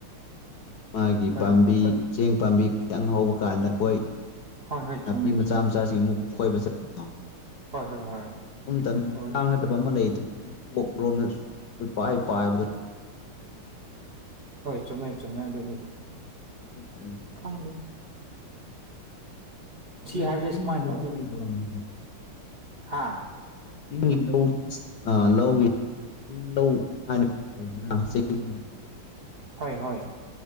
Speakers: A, on the left; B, on the right.
A: ꯃꯥꯒꯤ
B: ꯍꯣꯏ
A: ꯄꯥꯝꯕꯤ
B: ꯍꯣꯏ ꯍꯣꯏ
A: ꯆꯦꯡ ꯄꯥꯝꯕꯤ ꯈꯤꯇꯪ ꯍꯧꯕ ꯀꯥꯟꯗ ꯑꯩꯈꯣꯏ
B: ꯍꯣꯏ ꯍꯣꯏ
A: ꯅꯥꯄꯤ
B: ꯆꯨꯝꯃꯦ
A: ꯃꯆꯥ
B: ꯆꯨꯝꯃꯦ
A: ꯃꯆꯥꯁꯤꯡ ꯑꯃꯨꯛ ꯐꯣꯏꯕ ꯆꯠꯄꯗꯅꯣ
B: ꯍꯣꯏ ꯍꯣꯏ ꯍꯣꯏ
A: ꯎꯝꯇꯗꯤ
B: ꯑꯗꯨꯅꯤ
A: ꯀꯥꯡꯉꯗꯕ ꯑꯃ ꯂꯩꯗꯅ ꯑꯩꯈꯣꯏ ꯀꯣꯛ ꯂꯣꯝꯅ ꯑꯩꯈꯣꯏ ꯄꯥꯏ ꯄꯥꯏꯕꯗ
B: ꯍꯣꯏ ꯆꯨꯝꯃꯦ ꯆꯨꯝꯃꯦ ꯑꯗꯨꯗꯤ
A: ꯎꯝ꯫
B: ꯈꯪꯪꯗꯦꯗ꯫
A: ꯅꯣꯏꯗꯤ
B: ꯍꯥꯏꯕꯁꯦ
A: ꯆꯤꯡꯒꯤ
B: ꯁꯨꯃꯥꯏꯅ
A: ꯂꯧꯕꯨꯛ
B: ꯇꯧꯒꯗꯕꯅꯤꯀꯣ
A: ꯑꯣꯏꯅ ꯇꯧꯔꯝꯅꯤꯀꯣ꯫
B: ꯍꯥ
A: ꯆꯤꯡꯒꯤ ꯂꯧ ꯑꯥ ꯂꯧꯒꯤ ꯆꯤꯡ ꯂꯧꯧ ꯍꯥꯏꯅ ꯂꯩꯗꯨꯅ ꯍꯁꯤꯡꯅ
B: ꯍꯣꯏ ꯍꯣꯏ